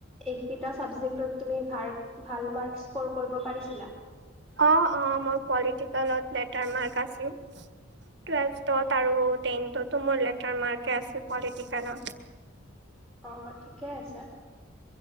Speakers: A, in the centre; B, on the right (about 55°).
A: এইকেইটা ছাবজেক্টত তুমি ভাৰ ভাল মাৰ্ক স্ক'ৰ কৰিব পাৰিছিলা?
B: অ অ মই পলিটিকেলত লেটাৰ মাৰ্ক আছিল। টুৱেলভত
A: অঁ
B: আৰু টেনতোটো মোৰ লেটাৰ মাৰ্ক আছিল পলিটিকেল।
A: অঁ ঠিকে আছে।